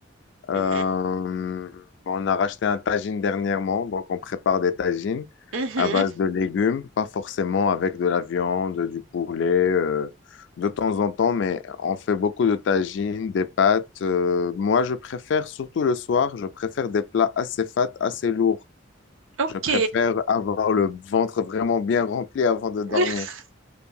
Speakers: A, on the left; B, on the right.
A: Euh,
B: Mhm.
A: on a racheté un tagine dernièrement, donc on prépare des tagines
B: Mhm.
A: à base de légumes, pas forcément avec de la viande, du poulet, euh, de temps en temps, mais on fait beaucoup de tagines, des pâtes. Euh, moi, je préfère, surtout le soir, je préfère des plats assez fat, assez lourds.
B: Ok,
A: Je préfère avoir le ventre vraiment bien rempli avant de dormir.
B: <laughs>